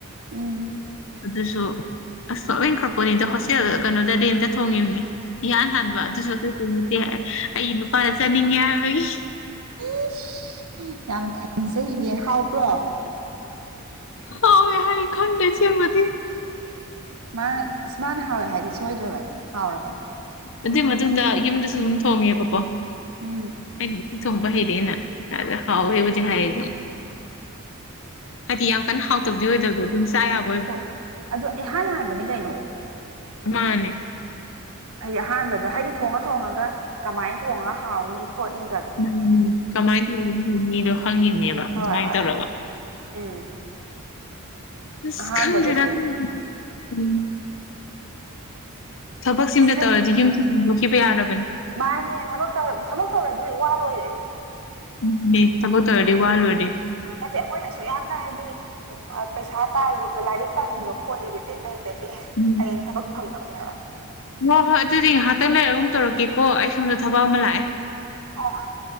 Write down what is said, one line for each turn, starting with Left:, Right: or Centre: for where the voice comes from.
Right: ꯎꯝ
Left: ꯑꯗꯨꯁꯨ ꯑꯁ ꯅ‌ꯣꯛꯅꯤꯡ ꯈ꯭ꯔꯄꯣꯠꯅꯤꯗ ꯍꯣꯁꯇꯦꯜ ꯀꯩꯅꯣꯗ ꯔꯦꯟꯇ ꯊꯣꯡꯉꯤꯕꯅꯤ ꯏꯍꯥꯟ ꯍꯥꯟꯕ ꯑꯗꯨꯁꯨ ꯑꯇꯩ-ꯑꯇꯩ ꯅꯠꯇꯦ ꯑꯩ ꯅꯨꯄꯥꯅ ꯆꯥꯅꯤꯡꯉꯦ ꯍꯥꯏꯕꯒꯤ
Right: ꯏ꯭ꯁ ꯌꯥꯝ ꯈꯟꯖꯩꯌꯦ ꯍꯥꯎꯕ꯭ꯔꯣ
Left: ꯍꯥꯎꯌ‌ꯦ ꯍꯥꯏ ꯈꯪꯗ‌ꯦ ꯁꯤꯃꯗꯤ
Right: ꯃꯥꯅ ꯑꯁ ꯃꯥꯅ ꯍꯥꯎꯋꯦ ꯍꯥꯏꯗꯤ ꯁꯣꯏꯗ꯭ꯔꯕꯅꯦ ꯍꯥꯎꯔꯕꯅꯤ
Left: ꯑꯗꯨꯒꯤ ꯃꯇꯨꯡꯗ ꯌꯨꯝꯗꯁꯨ ꯑꯗꯨꯝ ꯊꯣꯡꯉꯦꯕꯀꯣ
Right: ꯎꯝ
Left: ꯑꯩꯅ ꯊ‌ꯣꯡꯕ ꯍꯩꯔ‌ꯦꯅ ꯑꯗ ꯍꯥꯎꯌ‌ꯦꯕꯨꯗꯤ ꯍꯥꯏꯌ‌ꯦ ꯑꯗꯨꯝ ꯍꯥꯏꯗꯤ ꯌꯥꯝ ꯀꯟꯅ ꯍꯥꯎꯇꯕꯗꯤ ꯑꯣꯏꯗꯕꯗꯣ ꯑꯗꯨꯝ ꯆꯥꯌꯥꯕ
Right: ꯍꯣꯏ ꯑꯗ‌ꯣ ꯏꯍꯥꯟ ꯍꯥꯟꯕꯅꯤ ꯀꯩꯅꯣ
Left: ꯃꯥꯅꯦ
Right: ꯍꯥꯏꯗꯤ ꯑꯍꯥꯟꯕꯗ ꯍꯥꯏꯗꯤ ꯊꯣꯡꯉ ꯊꯣꯡꯉꯒ ꯀꯃꯥꯏꯅ ꯊꯣꯡꯉꯒ ꯍꯥꯎꯅꯤ ꯈꯣꯠꯅꯤ
Left: ꯎꯝ ꯀꯃꯥꯏꯟ <unintelligible> ꯈꯪꯉꯤꯕꯅꯦꯕ ꯑꯗꯨꯃꯥꯏꯟ
Right: ꯍꯣꯏ ꯍꯣꯏ
Left: ꯇꯧꯔꯒ
Right: ꯎꯝ
Left: ꯍꯁ
Right: ꯑꯍꯥꯟꯕꯗꯗꯤ
Left: ꯈꯪꯗ꯭ꯔ‌ꯦꯗ ꯎꯝ ꯊꯕꯛꯁꯤꯃꯇ
Right: ꯁꯦ
Left: ꯇꯧꯔꯗꯤ ꯌꯨꯝꯁꯤ ꯍ‌ꯣꯡꯗꯣꯛꯈꯤꯕ ꯌꯥꯔꯕꯅꯤ
Right: ꯃꯥꯅꯦ ꯊꯕꯛ ꯇꯧꯔ ꯊꯕꯛ ꯇꯧꯔꯗꯤ ꯋꯥ ꯂꯣꯏꯔꯦ
Left: ꯎꯝ ꯑꯗꯨꯅꯤ ꯊꯕꯛ ꯇꯧꯔꯗꯤ ꯋꯥꯂ‌ꯣꯏꯔ‌ꯦ
Right: ꯅꯠꯇꯦ ꯑꯩꯈꯣꯏꯅ ꯑꯁꯨꯛ ꯌꯥꯝꯅ ꯍꯥꯏꯗꯤ ꯄꯩꯁꯥ ꯇꯥꯜꯂꯤꯕ ꯂꯥꯏꯔꯤꯛ ꯇꯝꯃꯤꯕ ꯈꯣꯠꯂꯤꯕꯁꯦ ꯑꯇꯩ ꯅꯠꯇ‌ꯦ
Left: ꯎꯝ
Right: ꯍꯌꯦꯡ ꯊꯕꯛ ꯐꯪꯅꯕꯅ‌ꯦ ꯍꯥꯏꯕ
Left: ꯍꯣꯏ ꯍꯣꯏ ꯑꯗꯨꯗꯤ ꯉꯥꯏꯍꯥꯛꯇꯪ ꯂꯩꯔꯒ ꯑꯃꯨ ꯇꯧꯔꯛꯀꯦꯀꯣ ꯑꯩ ꯁꯣꯝꯗ ꯊꯕꯛ ꯑꯃ ꯂꯥꯛꯑꯦ
Right: ꯍ‌ꯣꯏ-ꯍ‌ꯣꯏ